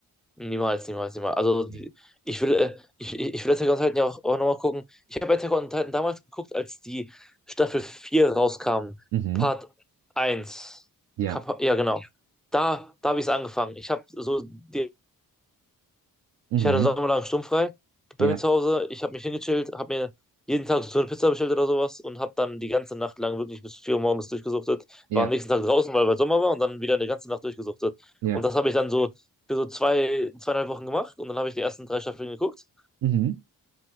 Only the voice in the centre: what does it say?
Niemals, niemals, niemals. Also
die, ich will, äh, ich, ich ich will Attack on Titan ja auch, auch nochmal gucken. Ich habe Attack on Titan damals geguckt, als die Staffel 4 rauskam.
Part eins
Kap- Ja, genau. Da, da habe ich es angefangen. Ich habe so die
Ich hatte sommerlang sturmfrei bei
mir zu Hause. Ich habe mich hingechillt, habe mir jeden Tag so eine Pizza bestellt oder sowas und habe dann die ganze Nacht lang wirklich bis 4 Uhr morgens durchgesuchtet.
War am nächsten Tag draußen, weil weil Sommer war und dann wieder eine ganze Nacht durchgesuchtet.
Und das habe ich dann so für so zwei, zweieinhalb Wochen gemacht und dann habe ich die ersten drei Staffeln geguckt.